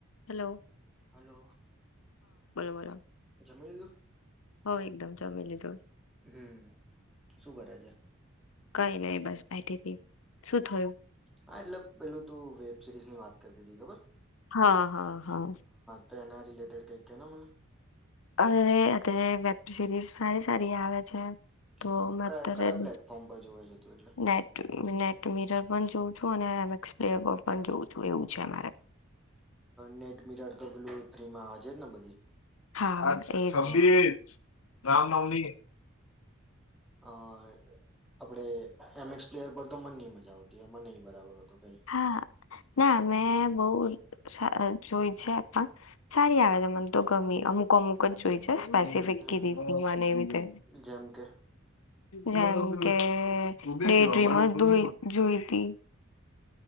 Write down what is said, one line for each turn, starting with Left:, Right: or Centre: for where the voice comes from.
Left: હલો
Centre: હલો
Left: બોલો
Centre: જમી લીધું?
Left: હો એકદમ જમી લીદુ.
Centre: હમ્મ શું કરે છે?
Left: કઈ નહી બસ બેઠી થી. શું થયું?
Centre: હા એટલે પેલું ત વેબ સિરીઝ ની વાત કરતી હતી ખબર.
Left: હા હા હા.
Centre: તો એના રિલેટેડ કઈક કે ન મને.
Left: અને અત્યારે વેબ સરીઝ સારી સારી રિ આવે છે. તો
Centre: હા,
Left: મે
Centre: કયા
Left: અત્યારેજ
Centre: કયા પ્લેટફોર્મ પર જોવે છે તું એટલે?
Left: નેટ નેટ મિરર પણ જોઉં એમે એક્સ પ્લેયર બ. પણ જોઉું છું એવું છેન.
Centre: નેટ મિરાર તો પેલું ફ્રી માં આવે છે જ ને બધી.
Left: હા એ જ ગંભીર
Centre: હા
Left: રામનવમી
Centre: હા. આપડે એમ એક્સ પ્લેયર પર તો મન ન મજ <unintelligible> એમાં નહી બરાબર હોતું કઈ
Left: હા ના મેં બહ સા જોય છે પણ સારી આવે છે મને તો ગમે અમુક અમુક જ જોઈ છે. સ્પેસિફિક
Centre: હમ
Left: કીધી
Centre: હમ
Left: તી મને એવીતે.
Centre: જેમ કે
Left: જેમ કે ડે ડ્રીમ જ જોઈતી.